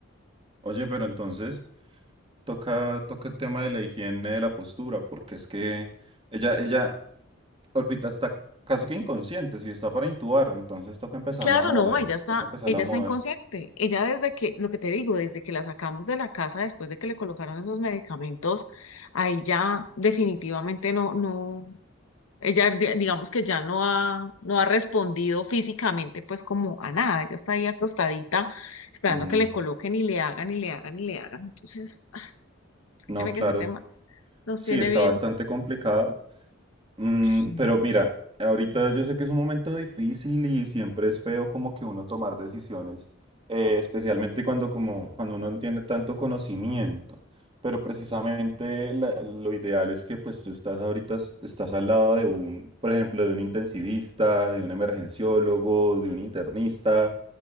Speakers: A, on the right; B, on the left.
A: Oye, pero entonces toca, toca el tema de la higiene de la postura, porque es que ella, ella, ahorita está casi que inconsciente, si está para intubar, entonces toca empezarla
B: Claro,
A: a mover,
B: no, ella está,
A: toca empezarla
B: ella
A: a mover.
B: está inconsciente. Ella desde que, lo que te digo, desde que la sacamos de la casa después de que le colocaron esos medicamentos, ahí ya definitivamente no, no, ella di- digamos que ya no ha, no ha respondido físicamente pues como a nada. Ella está ahí acostadita esperando
A: Mm,
B: que le coloquen y le hagan y le hagan y le hagan. Entonces, <laughs> ay,
A: no,
B: créeme
A: claro,
B: que ese tema nos
A: sí,
B: tiene
A: está
B: bien.
A: bastante complicado. Mm,
B: Sí.
A: pero mira, ahorita yo sé que es un momento difícil y siempre es feo como que uno tomar decisiones, eh, especialmente cuando, como, cuando uno no tiene tanto conocimiento. Pero precisamente la- lo ideal es que pues tú estás ahorita, s- estás al lado de un, por ejemplo, de un intensivista, de un emergenciólogo, de un internista.